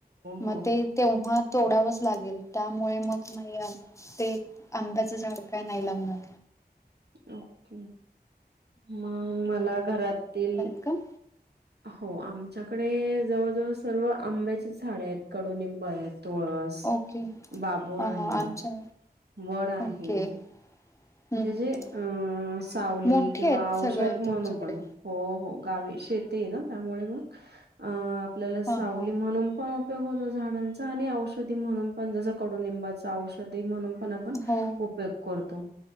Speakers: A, on the right (about 80°); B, on the left (about 15°).
A: हो
B: मग ते तेव्हा तोडावंच लागेल त्यामुळे मग नाही ते आंब्याचं झाड काय नाही लावणार
A: ओके मग मला घरातील
B: क
A: हो आमच्याकडे जवळजवळ सर्व आंब्याची झाड आहेत कडुनिंब आहेत तुळस
B: ओके
A: बाबोळ
B: ह
A: आहे
B: हा आमच्या
A: वड आहे
B: ओके हम्म
A: जे जे
B: हम्
A: अं सावली
B: मोठे
A: किंवा
B: आहेत सगळे
A: औषध म्हणून
B: तुमच्याकडे
A: पण हो हो गावी शती आहे ना त्यामुळे मग अ आपल्याला
B: हा
A: सावली
B: हा
A: म्हणून पण उपयग होो झाडांचा आणि औषधी म्हणून पण जस कडुनिंबाचं औषध म्हणून पण आपण
B: हो
A: उपयोग करतो